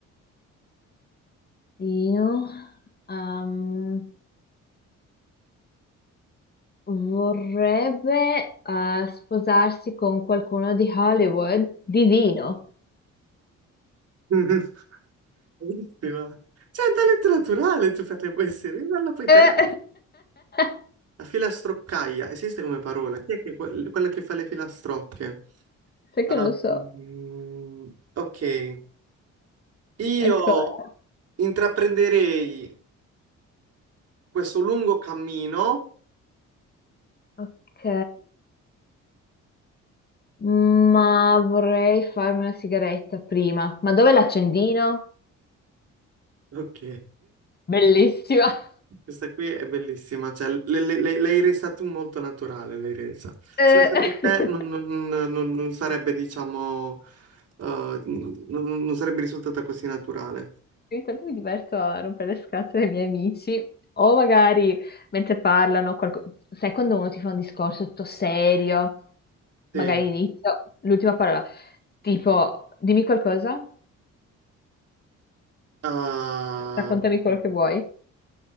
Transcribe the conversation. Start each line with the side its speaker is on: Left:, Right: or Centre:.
Left: Dino, ehm, vorrebbe eh, sposarsi con qualcuno di Hollywood divino.
Right: <laughs> Bellissima. C'è un talento naturale tu per le poesie, devi farla poi
Left: Eh,
Right: te.
Left: <laughs>
Right: La filastroccaia, esiste come parola? Chi è che- quel- quella che fa le filastrocche?
Left: Sai
Right: Ah,
Left: che non lo so
Right: mm, ok. Io
Left: ancora.
Right: intraprenderei questo lungo cammino.
Left: Ok, ma vorrei farmi una sigaretta prima. Ma dove l'accendino?
Right: Ok.
Left: Bellissima.
Right: Questa qui è bellissima, cioè le- le- le- l'hai resa tu molto naturale, l'hai resa.
Left: eh.
Right: Senza di te
Left: <laughs>
Right: non, non- non- non sarebbe, diciamo, eh, non, non sarebbe risultata così naturale.
Left: Ogni tanto mi diverto a rompere le scatole ai miei amici, o magari mentre parlano, qualco- sai quando uno ti fa un discorso tutto serio,
Right: Sì.
Left: magari inizio, l'ultima parola, tipo dimmi qualcosa,
Right: Ah,
Left: raccontami quello che vuoi.